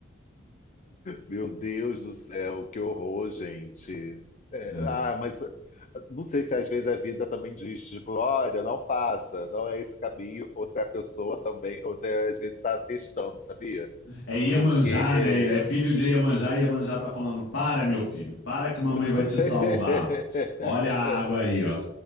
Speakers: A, on the left; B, on the left.
A: Meu Deus do céu, que horror, gente. É,
B: É
A: ah, mas não sei se às vezes a vida também diz, tipo, olha, não faça, não é esse caminho, ou se a pessoa também, ou se às vezes está testando, sabia?
B: é Iemanjá,
A: Porque
B: né? É filho de Iemanjá, e Iemanjá tá falando: para, meu filho, para que mamãe
A: <laughs>
B: vai te salvar. Olha a água aí, ó.